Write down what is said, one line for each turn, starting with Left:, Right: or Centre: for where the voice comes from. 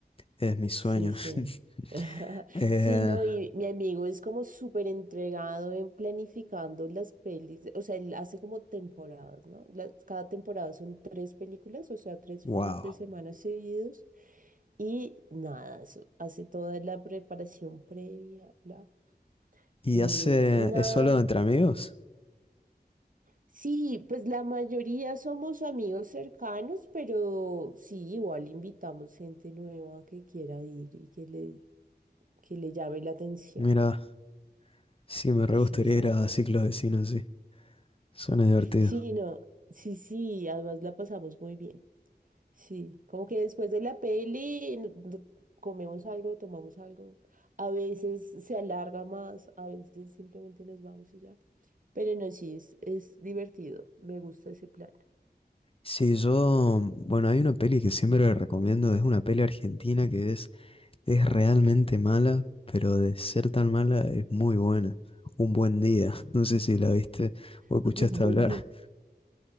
Left: es mi sueño.
Right: Sí, sí.
Left: <laughs>
Right: <laughs>
Left: Eh,
Right: Sí, no, y mi amigo es como súper entregado en planificando las pelis, o sea, él hace como temporadas, ¿no? Las- cada temporada son tres películas, o sea, tres
Left: wow.
Right: fines de semana seguidos. Y nada, eso, hace toda la preparación previa, bla.
Left: ¿Y
Right: Y,
Left: hace,
Right: y nada,
Left: es solo entre amigos?
Right: Sí, pues la mayoría somos amigos cercanos, pero sí, igual invitamos gente nueva que quiera ir y que le, que le llame la atención.
Left: Mira, sí, me re
Right: Sí,
Left: gustaría
Right: sí.
Left: ir a ciclos de cine sí Suena divertido.
Right: Sí, no, sí, sí, además la pasamos muy bien. Sí, como que después de la peli n- n- comemos algo, tomamos algo. A veces se alarga más, a veces simplemente nos vamos y ya. Pero no, sí, es, es divertido. Me gusta ese plan.
Left: Sí, yo, bueno, hay una peli que siempre recomiendo, es una peli argentina que es Es realmente mala, pero de ser tan mala es muy buena. Un buen día. <laughs> No sé si la viste o
Right: <laughs>
Left: escuchaste
Right: Un buen
Left: hablar.
Right: día.